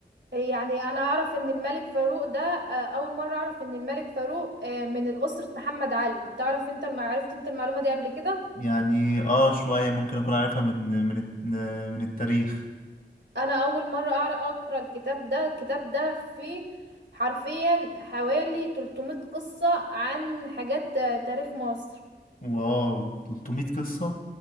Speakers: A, on the right (about 80°); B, on the left (about 50°).
A: يعني انا اعرف ان الملك فاروق ده آه، اول مرة اعرف ان الملك فاروق آه، من اسرة محمد علي تعرف انت الم- عرفت انت المعلومة دي قبل كده
B: يعني اه شويه ممكن اكون عارفها من من الت- من التاريخ
A: انا اول مره اعرف اقرا الكتاب ده الكتاب ده فيه حرفيا حوالي 300 قصه عن حاجات آه، تاريخ مصر
B: واو 300 قصه